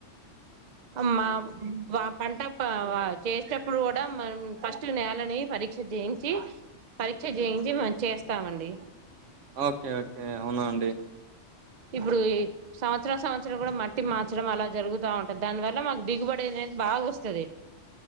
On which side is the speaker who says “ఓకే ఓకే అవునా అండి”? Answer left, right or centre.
Right